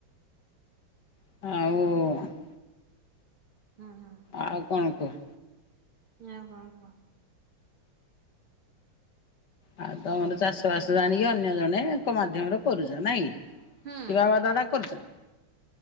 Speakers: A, on the left; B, on the right.
A: ଆଉ
B: ହୁଁ ହୁଁ।
A: ଆଉ କଣ କୁହ?
B: ୟାଉ କଣ କୁହ?
A: ଆଉ ତମର ଚାଷବାସ ଜାଣିକି ଅନ୍ୟ ଜଣେ ଲୋକ ମାଧ୍ୟମରେ କରୁଛ ନାଇଁ କି?
B: ହୁଁ
A: କି ବାବା ଦାଦା କରୁଛନ୍ତି?